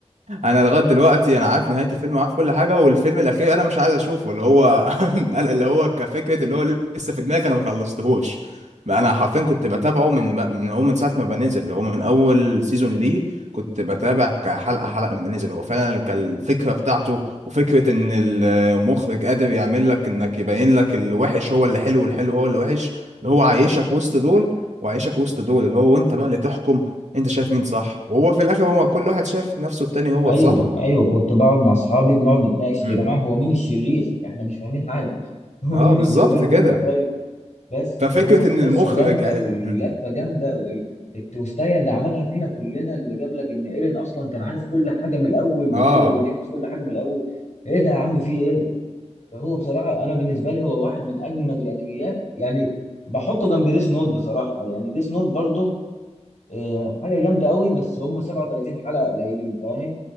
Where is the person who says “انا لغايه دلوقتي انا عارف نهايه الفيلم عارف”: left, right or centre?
Right